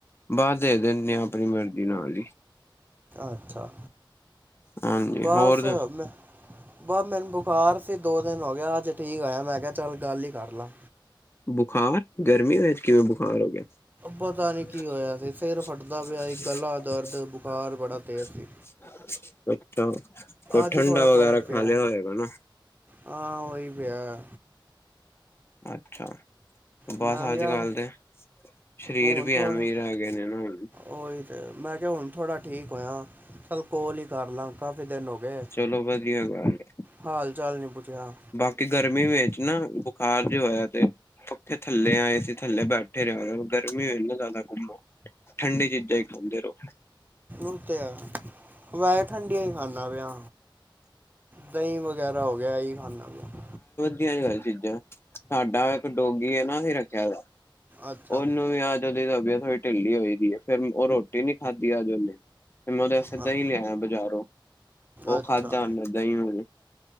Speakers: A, on the left; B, on the right.
A: ਬਾਅਦ ਦੇ ਦਿੰਨੇ ਆਂ, ਆਪਣੀ ਮਰਜ਼ੀ ਨਾਲ ਹੀ।
B: ਅੱਛਾ
A: ਹਾਂਜੀ,
B: ਬਸ
A: ਹੋਰ
B: ਮੈਂ ਬਸ ਮੈਨੂੰ ਬੁਖਾਰ ਸੀ ਦੋ ਦਿਨ ਹੋਗਿਆ, ਅੱਜ ਠੀਕ ਹੋਇਆਂ, ਮੈਂ ਕਿਹਾ ਚੱਲ ਗੱਲ ਹੀ ਕਰਲਾ।
A: ਬੁਖਾਰ! ਗਰਮੀ ਵਿੱਚ ਕਿਵੇਂ ਬੁਖਾਰ ਹੋਗਿਆ?
B: ਪਤਾ
A: <unintelligible>
B: ਨੀ ਕੀ ਹੋਇਆ ਸੀ ਸਿਰ ਫਟਦਾ ਪਿਆ ਸੀ ਗਲਾ ਦਰਦ ਬੁਖਾਰ ਬੜਾ ਤੇਜ਼ ਸੀ।
A: ਅੱਛਾ। ਕੋਈ
B: ਅੱਜ
A: ਠੰਡਾ
B: ਥੋੜ੍ਹਾ
A: ਵਗੈਰਾ
B: ਫ਼ਰਕ ਪਿਆ
A: ਖਾਲਿਆ ਹੋਇਗਾ ਨਾ?
B: ਹਾਂ ਉਹੀ ਪਿਆ
A: ਅੱਛਾ ਬਸ
B: ਮੈਂ
A: ਅੱਜ
B: ਕਿਹਾ
A: ਕੱਲ ਦੇ ਸਰੀਰ
B: ਹੁਣ
A: ਵੀ
B: ਥੋੜ੍ਹਾ
A: ਐਵੇਂ ਰੈ ਗਏ ਨੇ ਹੁਣ
B: ਉਹੀ ਤਾਂ ਮੈਂ ਕਿਹਾ ਹੁਣ ਥੋੜ੍ਹਾ ਠੀਕ ਹੋਇਆ ਚੱਲ ਕੋਲ ਹੀ ਕਰਲਾ ਕਾਫੀ ਦਿਨ ਹੋ ਗਏ
A: ਚਲੋ ਵਧੀਆ ਗੱਲ ਏ।
B: ਹਾਲ ਚਾਲ ਨਹੀਂ ਪੁੱਛਿਆ
A: ਬਾਕੀ ਗਰਮੀ ਵਿੱਚ ਨਾ ਬੁਖਾਰ ਜੇਆ ਹੋਇਆ ਪਿਆ ਪੱਖੇ ਥੱਲੇ ਆਏ ਸੀ ਥੱਲੇ ਬੈਠੇ ਰਿਹਾ ਗਰਮੀ ਹੋ ਰਹੀ ਜਿਆਦਾਤਰ ਠੰਡੀ ਚੀਜ਼ਾਂ ਹੀ ਖਾਂਦੇ ਰਹੋ
B: ਉੱਤੇ ਆ ਵੈਸੇ ਠੰਡੀਆਂ ਹੀ ਖਾਂਦਾ ਪਿਆ ਦਹੀਂ ਵਗੈਰਾ ਤ ਹੋ ਗਿਆ ਹੀ ਖਾਨਾ ਪਿਆ
A: ਟੀ ਆਈ ਚੀਜ਼ਾਂ, ਸਾਡਾ ਇੱਕ ਡੋਗੀ ਹੈਨਾ ਅਸੀ ਰੱਖਿਆ ਦ
B: ਅੱਛਾ
A: ਉਹਨੂੰ ਵੀ ਅਜ ਉਹਦੀ ਤਬੀਅਤ ਵੀ ਢਿੱਲੀ ਹੋਈਦੀ ਹੈ, ਫੇਰ ਉਹ ਰੋਟੀ ਨੀ ਖਾਧੀ ਅਜ ਉਹਨੇ ਫਿਰ ਮੈਂ ਉਂਹਦੇ ਵਾਸਤੇ
B: ਹਾਂ
A: ਦਹੀਂ ਲਿਆਇਆ ਬਜਾਰੋਂ, ਉਹ
B: ਅੱਛਾ।
A: ਖਾਧਾ ਉਹਨੇ, ਦਹੀਂ ਉਹਨੇ